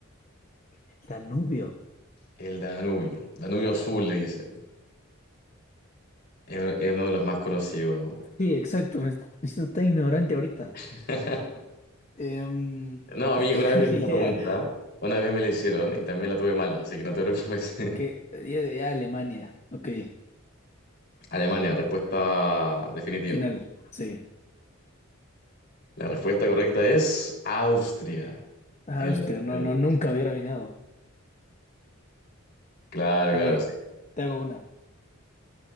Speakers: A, on the left; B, on the left.
A: El Danubio.
B: El Danubio, Danubio Azul le dicen. Es, es uno de los más conocidos.
A: Sí, exacto. Me estoy siendo tan ignorante ahorita.
B: <laughs>
A: Em, <laughs>
B: No, a mí
A: no tengo
B: una vez me hicieron
A: ni idea.
B: esta pregunta, una vez me la hicieron y también la tuve mala, así que no te preocupes.
A: Que ya, ya Alemania. Ok.
B: <laughs> Alemania, respuesta definitiva.
A: Final. Sí.
B: La respuesta correcta es Austria.
A: Austria.
B: El Danubio.
A: No, no, nunca hubiera venido.
B: Claro, claro,
A: A ver,
B: sí.
A: te hago una.